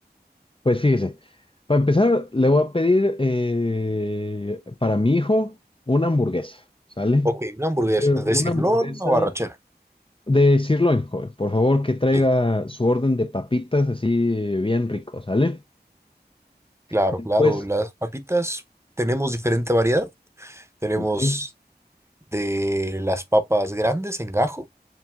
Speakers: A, on the left; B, on the right.
A: pues fíjese. Para empezar, le voy a pedir eh, para mi hijo una hamburguesa, ¿sale?
B: Ok, una hamburguesa,
A: Quiero
B: es decir,
A: una hamburguesa
B: o arrachera.
A: De sirloin, joven. Por favor, que traiga
B: Sí,
A: su orden de papitas así bien rico, ¿sale?
B: claro,
A: Después,
B: claro. Las papitas tenemos diferente variedad. Tenemos
A: ok.
B: de las papas grandes en gajo,